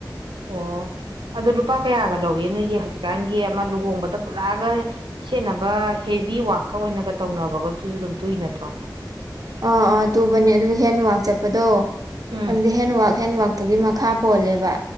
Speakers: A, on the right (about 85°); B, on the right (about 55°).
A: ꯑꯣ ꯑꯗꯣ ꯂꯨꯄꯥ ꯀꯌꯥꯒ ꯂꯧꯏ ꯅꯣꯏꯒꯤ ꯍꯧꯖꯤꯛꯀꯥꯟꯒꯤ ꯑꯃ ꯂꯨꯍꯣꯡꯕꯗ ꯄꯨꯔꯥꯒ ꯁꯦꯠꯅꯕ ꯍꯦꯕꯤ ꯋꯥꯔꯛꯀ ꯑꯣꯏꯅꯒ ꯇꯧꯅꯕꯒꯗꯨꯁꯨ ꯑꯗꯨꯝ ꯇꯨꯏ ꯅꯠꯇ꯭ꯔꯣ
B: ꯑꯥ ꯑꯥ ꯇꯨꯕꯅꯦ ꯑꯗꯨꯒꯤ ꯍꯦꯟꯋꯥꯛ ꯆꯠꯄꯗꯣ
A: ꯎꯝ
B: ꯑꯗꯨꯗꯤ ꯍꯦꯟꯋꯥꯛ ꯍꯦꯟꯋꯥꯛ ꯑꯗꯨꯒꯤ ꯃꯈꯥ ꯄꯣꯜꯂꯦꯕ